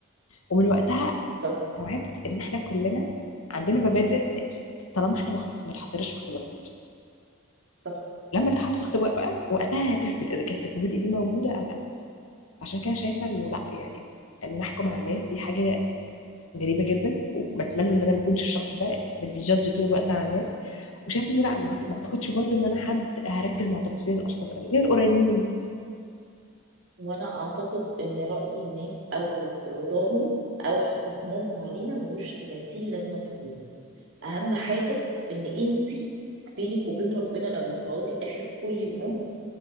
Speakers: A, on the left; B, on the right.
A: ومن وقتها
B: صح
A: استوعبت ان احنا كلنا عندنا مبادئ طالما احنا ما خ- ما اتحطناش في اختبارات
B: صح
A: لما نتحط في اختبار بقى وقتها هتثبت اذا كانت المبادئ دي موجوده او لا فعشان كده شايفه انه لا يعني ان نحكم على الناس دي حاجه غريبه جدا وبتمنى ان انا ما اكونش الشخص ده اللي بيجادج طول الوقت على الناس وشايف انه لا ما ما اعتقدش برضو ان انا حد هركز مع تفاصيل الاشخاص قوي غير القريبين مني
B: وانا اعتقد ان راي الناس او رضاهم او حكمهم علينا ملوش 30 لازمه في الوجود اهم حاجه ان انت بينك وبين ربنا لما تقعدي اخر كل يوم